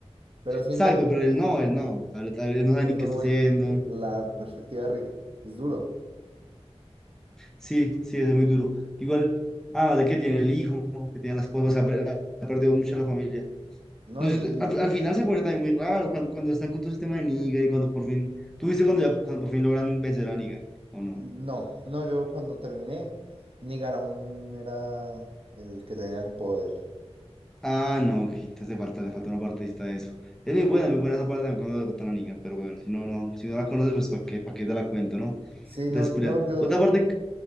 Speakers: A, on the right; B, in the centre.
A: Pero siendo
B: Exacto,
A: Rick,
B: pero él no, él no, a ver, a ver, él no sabe
A: que
B: ni
A: solo
B: qué está
A: ve
B: haciendo,
A: lo que, la perspectiva de Rick, es duro,
B: sí, sí, es muy duro. Igual, ah, de que tiene el hijo, que tiene las cosas, ha, per- ha perdido mucho la familia.
A: ¿no?
B: No
A: Y,
B: sé,
A: y
B: tú- al, al final se pone también muy raro cuando, cuando están con todo ese tema de Negan y cuando por fin, ¿tú viste cuando ya, cuando por fin logran vencer a Negan, o no?
A: no, no, yo cuando terminé, Negan aún era el que tenía el poder.
B: Ah, no, que entonces te falta, le falta una partecita de eso. Es muy buena, muy buena esa parte también cuando derrotan a Negan, pero bueno, si no, no, si no la conoces, pues para qué, para qué te la cuento, ¿no?
A: Sí,
B: Entonces,
A: no, no,
B: pelear.
A: yo,
B: Otra parte,